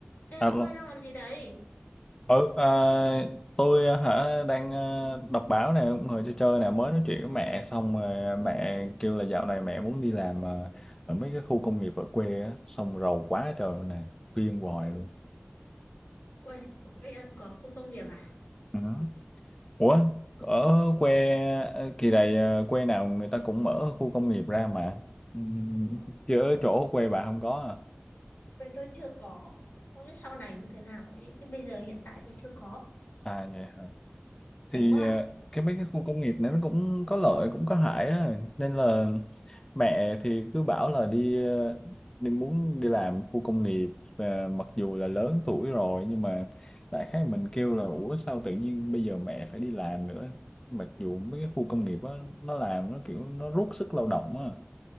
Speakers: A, on the left; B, on the left.
A: Ê
B: Alo.
A: ông ơi đang làm gì đấy?
B: Ừ, à, tôi à, hả đang à, đọc báo này cũng ngồi chơi chơi này mới nói chuyện với mẹ xong rồi mẹ kêu là dạo này mẹ muốn đi làm à, ở mấy cái khu công nghiệp ở quê á, xong rầu quá trời nè khuyên hoài luôn
A: Ui, ở quê em có khu công nghiệp à?
B: ừ. Ủa ở quê à, kỳ này à, quê nào người ta cũng mở khu công nghiệp ra mà ừ,
A: Ở
B: chứ ở chỗ quê bà không có à
A: quê tôi chưa có. Không biết sau này như thế nào ấy. Chứ bây giờ hiện tại thì chưa có.
B: à vậy hả
A: Hay
B: thì
A: quá.
B: ờ, cái mấy cái khu công nghiệp này nó cũng có lợi cũng có hại á nên là mẹ thì cứ bảo là đi ờ, đi muốn đi làm khu công nghiệp ờ, mặc dù là lớn tuổi rồi nhưng mà đại khái mình kêu là ủa sao tự nhiên bây giờ mẹ phải đi làm nữa mặc dù mấy cái khu công nghiệp á nó làm nó kiểu nó rút sức lao động á